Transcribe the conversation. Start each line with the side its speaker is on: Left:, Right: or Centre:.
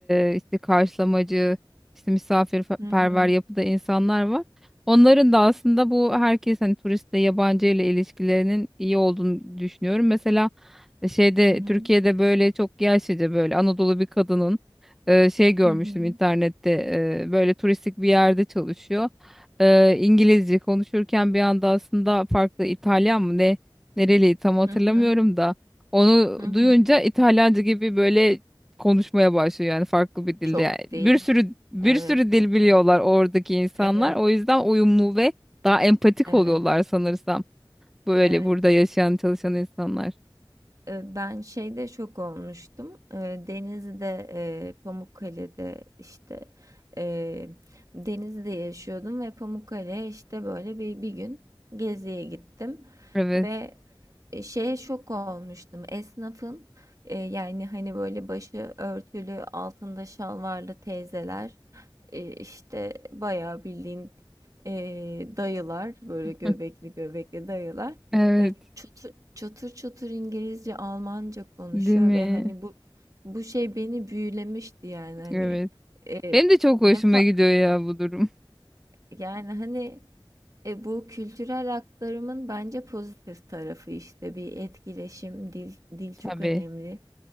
Centre: eee, işte karşılamacı işte misafirperver
Right: hı hı,
Centre: yapıda insanlar var. Onların da aslında bu herkes hani turistle yabancı ile ilişkilerinin iyi olduğunu düşünüyorum. Mesela e, şeyde
Right: hı hı,
Centre: Türkiye'de böyle çok yaşlıca böyle Anadolu bir kadının eee, şey görmüştüm
Right: hı hı,
Centre: internette eee, böyle turistik bir yerde çalışıyor e, İngilizce konuşurken bir anda aslında farklı İtalyan mı ne Nereli tam hatırlamıyorum
Right: hı hı,
Centre: da onu
Right: hı hı.
Centre: duyunca İtalyanca gibi böyle konuşmaya başlıyor yani farklı bir dilde.
Right: Çok
Centre: Yani bir
Right: değil.
Centre: sürü bir
Right: Evet,
Centre: sürü dil biliyorlar oradaki insanlar.
Right: evet.
Centre: O yüzden uyumlu ve daha empatik
Right: Evet,
Centre: oluyorlar sanırsam. Böyle
Right: evet.
Centre: burada yaşayan çalışan insanlar.
Right: Eee, ben şeyde şok olmuştum. Eee, Denizli'de, eee, Pamukkale'de işte eee, Denizli'de yaşıyordum ve Pamukkale'ye işte böyle bir, bir gün geziye gittim
Centre: Evet.
Right: ve e, şeye şok olmuştum. Esnafın e, yani hani böyle başı örtülü, altında şalvarlı teyzeler e, işte bayağı bildiğin e, dayılar böyle
Centre: <laughs>
Right: göbekli göbekli dayılar
Centre: Evet.
Right: e, çatır, çatır çatır İngilizce, Almanca konuşuyor
Centre: Değil mi?
Right: ve hani bu bu şey beni büyülemişti yani hani
Centre: Evet.
Right: e,
Centre: Benim de çok hoşuma
Right: ne fa
Centre: gidiyor ya bu durum.
Right: yani hani e, bu kültürel aktarımın bence pozitif tarafı işte bir etkileşim, dil dil çok
Centre: <laughs> Tabii.
Right: önemli